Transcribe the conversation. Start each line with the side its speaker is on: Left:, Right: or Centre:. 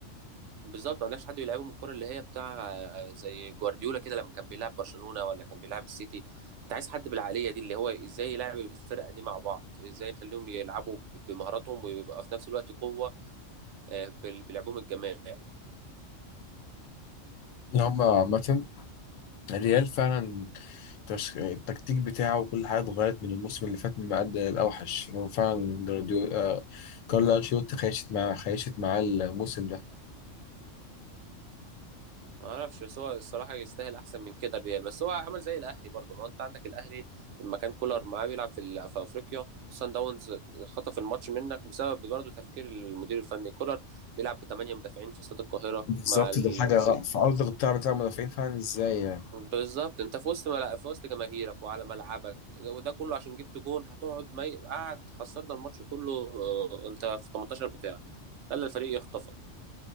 Right: بالظبط ما عندكش حد بيلعبهم الكرة اللي هي بتاع آه، زي جوارديولا كده لما كان بيلعب برشلونة ولا كان بيلعب السيتي انت عايز حد بالعقلية دي اللي هو ازاي يلعب الفرقة دي مع بعض ازاي يخليهم يلعبوا ب- بمهاراتهم ويبقى في نفس الوقت قوة آه، بال- بلعبهم الجماعي
Left: اللي هم عامة الريال فعلا تش- التكتيك بتاعه وكل حاجة اتغيرت من الموسم اللي فات من أقل الأوحش هو فعلا جراديو آه، كارلو أنشيلوتي خيشت مع خيشت معاه الموسم ده
Right: ما اعرفش بس هو الصراحة يستاهل احسن من كده الريال بس هو عمل زي الاهلي برضه ما هو انت عندك الاهلي لما كان كولر معاه بيلعب في ال- في افريقيا سان داونز خطف الماتش منك بسبب برضه تفكير المدير الفني كولر بيلعب بثمانية مدافعين في استاد القاهرة
Left: بالظبط
Right: مع ال...
Left: ده حاجة
Right: في
Left: غ- في أرض القطاع بتاع المدافعين فعلا إزاي يعني
Right: بالظبط انت في وسط ملا... في وسط جماهيرك وعلى ملعبك وده كله عشان جبت جون هتقعد ما ي... قاعد خسرنا الماتش كله اه، انت في 18 بتاعك خلى الفريق يخطفك